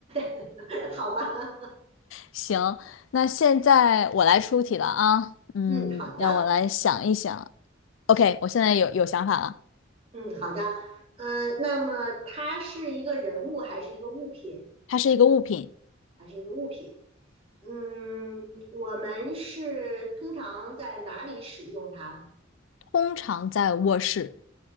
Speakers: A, on the right; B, on the left.
A: <laughs> 好吧，
B: 行，那现在我来出题了啊。嗯，
A: 嗯，好的，
B: 让我来想一想。OK，我现在有有想法了。
A: 嗯，好的，嗯、呃那么它是一个人物还是一个物品？
B: 它是一个物品，
A: 还是一个物品？嗯，我们是通常在哪里使用它？
B: 通常在卧室，